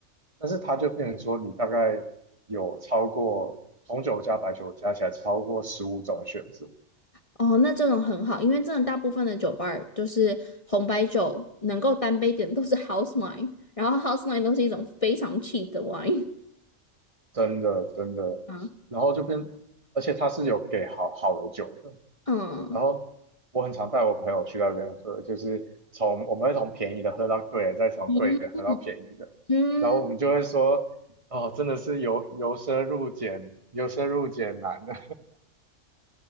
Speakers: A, on the right; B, on the left.
A: 但是它就变成说你大概有超过红酒加白酒加起来超过十五种选择。
B: 哦，那这种很好，因为真的大部分的酒吧儿就是红白酒能够单杯点的都是 house wine，然后 house wine 都是一种非常 cheap 的 wine
A: 真的真的，
B: <laughs>。嗯
A: 然后就变，而且他是有给好好的酒的，
B: 嗯
A: 然后我很常带我朋友去那边喝，就是从我们会从便宜的喝到贵的，再从贵的喝到便宜的，
B: 嗯嗯，
A: 然后我们就会说，哦，真的是由由奢入俭，由奢入俭难的。